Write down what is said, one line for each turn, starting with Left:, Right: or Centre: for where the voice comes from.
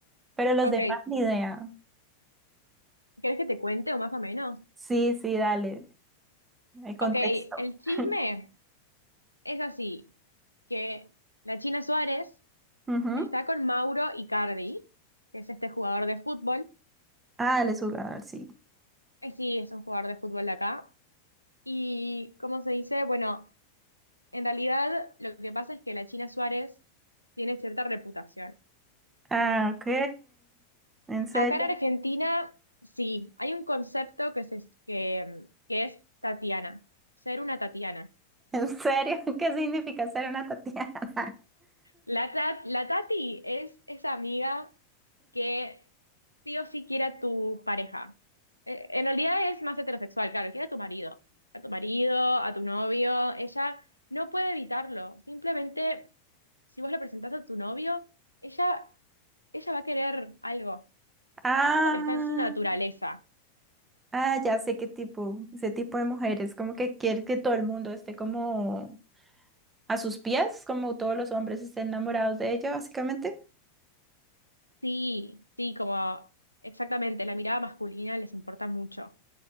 Right: Pero los
Left: Ok,
Right: demás ni idea.
Left: ¿querés que te cuente o más o menos?
Right: Sí, sí, dale, el contexto.
Left: Ok, el chisme
Right: <laughs>
Left: es así, que la China Suárez
Right: Ujú.
Left: está con Mauro Icardi, que es este jugador de fútbol.
Right: Ah, él es jugador, sí.
Left: Eh, sí, es un jugador de fútbol de acá. Y, ¿cómo se dice? Bueno. En realidad, lo que pasa es que la China Suárez tiene cierta reputación.
Right: Ah, ok. ¿En serio?
Left: Acá en Argentina, sí, hay un concepto que, se- que, que es Tatiana, ser una Tatiana.
Right: <laughs> ¿En serio? <laughs> ¿Qué significa ser una Tatiana? <laughs>
Left: La, Ta- la Tati es esa amiga que sí o sí quiere a tu pareja. Eh, En realidad es más heterosexual, claro, quiere a tu marido, a tu marido, a tu novio. Ella no puede evitarlo, simplemente si vos le presentás a tu novio, ella ella va a querer algo.
Right: Ah,
Left: Es como que está en su naturaleza.
Right: ah, ya sé qué tipo, ese tipo de mujeres, como que quiere que todo el mundo esté como a sus pies, como todos los hombres estén enamorados de ella, básicamente.
Left: Sí, sí, como exactamente, la mirada masculina les importa mucho.